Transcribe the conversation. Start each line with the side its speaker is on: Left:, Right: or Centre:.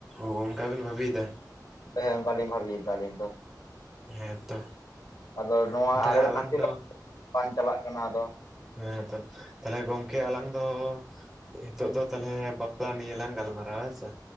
Centre: ᱳᱻᱚᱱᱠᱟ ᱵᱤᱱ ᱵᱷᱟᱵᱤᱭ ᱮᱫᱟ?
Left: ᱦᱮᱸ ᱚᱱᱠᱟᱞᱤᱧ ᱵᱷᱟᱵᱤ ᱮᱫᱟ ᱟᱞᱤᱧ ᱫᱚ᱾
Centre: ᱦᱮᱸ ᱛᱚ
Left: ᱟᱫᱚ ᱱᱚᱣᱟ
Centre: ᱛᱟᱦᱚᱞᱮ
Left: ᱟᱨᱮᱞ
Centre: ᱟᱞᱟᱝ
Left: ᱠᱷᱟᱹᱛᱤᱨ
Centre: ᱫᱚ
Left: ᱵᱟᱝ ᱪᱟᱞᱟᱜ ᱠᱟᱱᱟ ᱟᱫᱚ᱾
Centre: ᱦᱮᱸᱛᱚ ᱛᱟᱦᱞᱮ ᱜᱚᱝᱠᱮ ᱟᱞᱟᱝ ᱫᱚ ᱱᱤᱛᱚᱜ ᱫᱚ ᱛᱟᱦᱚᱞᱮ ᱵᱟᱯᱞᱟ ᱱᱤᱭᱟᱹᱞᱟᱝ ᱜᱟᱞᱢᱟᱨᱟᱣ-ᱟ ᱦᱮᱥᱮ?